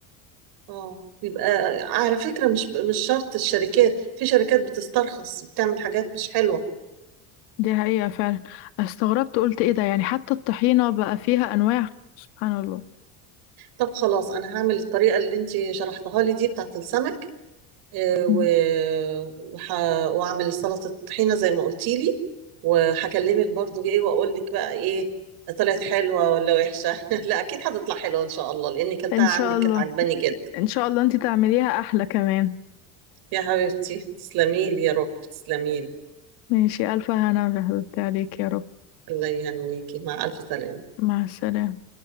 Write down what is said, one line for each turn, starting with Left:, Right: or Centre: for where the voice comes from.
Right: اه يبقى على فكرة مش مش شرط الشركات في شركات بتسترخص بتعمل حاجات مش حلوة
Left: دي حقيقة فعلا استغربت قلت ايه ده يعني حتى الطحينة بقى فيها انواع سبحان الله
Right: طب خلاص أنا هعمل الطريقة اللي أنت شرحتها لي دي بتاعت السمك آه،
Left: مم.
Right: و- وح... واعمل سلطة طحينة زي ما قلتي لي وهكلمك برضو ايه واقول لك بقى ايه طلعت حلوة ولا وحشة <laughs> لا اكيد هتطلع حلوة ان شاء الله لاني كلتها
Left: ان
Right: عندك
Left: شاء الله
Right: كانت عجباني جدا
Left: ان شاء الله انت تعمليها احلى كمان
Right: يا حبيبتي تسلمي لي يا رب تسلمي لي
Left: ماشي الف هنا عليك يا رب
Right: الله يهنيكي مع الف سلامة
Left: مع السلامة